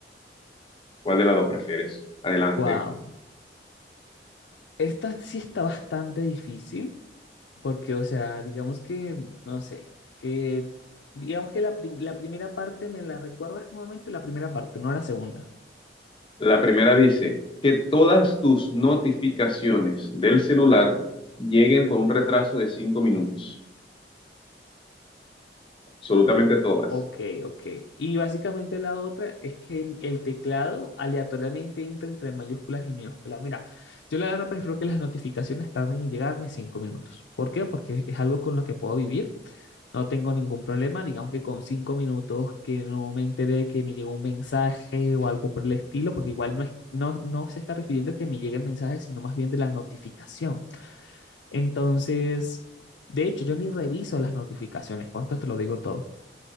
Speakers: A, on the left; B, on the left.
A: ¿Cuál de las dos prefieres? Adelante.
B: Wow, esta sí está bastante difícil, porque, o sea, digamos que, no sé, que, digamos que la, prim- la primera parte, ¿me la recuerdas nuevamente? La primera parte, no la segunda.
A: La primera dice que todas tus notificaciones del celular lleguen con un retraso de 5 minutos. Absolutamente todas.
B: Ok, ok. Y básicamente la otra es que el teclado aleatoriamente entra entre mayúsculas y minúsculas. Mira, yo la verdad prefiero que las notificaciones tarden en llegarme cinco minutos. ¿Por qué? Porque es algo con lo que puedo vivir. No tengo ningún problema. Digamos que con cinco minutos que no me enteré de que me llegó un mensaje o algo por el estilo, porque igual no es, no, no se está refiriendo a que me llegue el mensaje, sino más bien de la notificación. Entonces, de hecho, yo ni reviso las notificaciones. ¿Cuánto te lo digo todo?